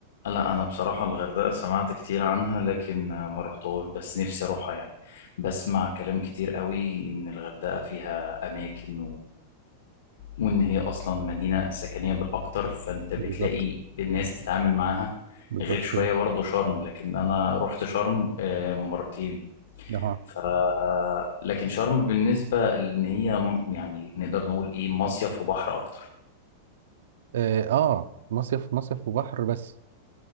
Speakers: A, on the left (about 80°); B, on the right (about 80°).
A: لا أنا بصراحة الغردقة سمعت كتير عنها لكن آه، ما رحتهاش بس نفسي أروحها يعني بسمع كلام كتير قوي إن الغردقة فيها أماكن وان هي اصلا مدينه سكنيه بالاكتر فانت بتلاقي
B: بالظبط
A: الناس تتعامل معاها
B: بالظبط
A: غير شويه
B: كده
A: برضو شرم لكن انا رحت شرم آه، مرتين
B: اها
A: ف لكن شرم بالنسبه ان هي م- يعني نقدر نقول ايه مصيف وبحر اكتر
B: اه آه، مصيف مصيف وبحر بس